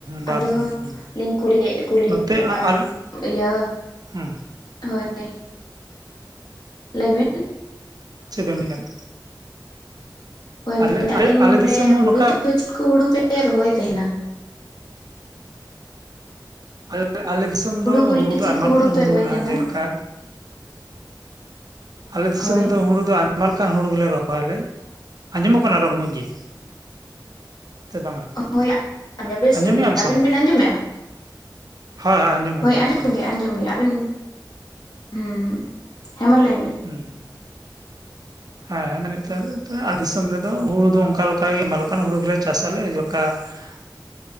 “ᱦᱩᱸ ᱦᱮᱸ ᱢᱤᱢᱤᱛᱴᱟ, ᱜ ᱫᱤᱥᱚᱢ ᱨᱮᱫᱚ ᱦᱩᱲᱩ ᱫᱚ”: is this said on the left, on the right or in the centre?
Right